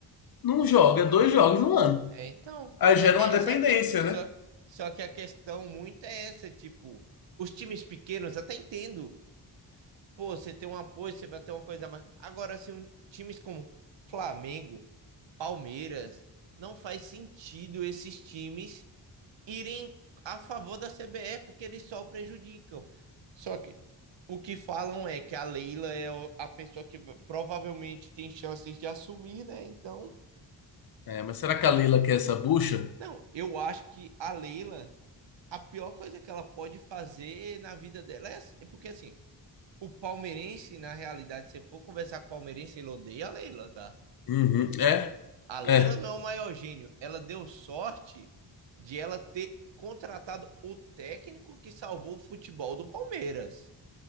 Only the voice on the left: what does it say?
não joga dois jogos no ano.
Aí gera
uma dependência,
né?
É, mas será que a Leila quer essa bucha?
Uhum, é,
é,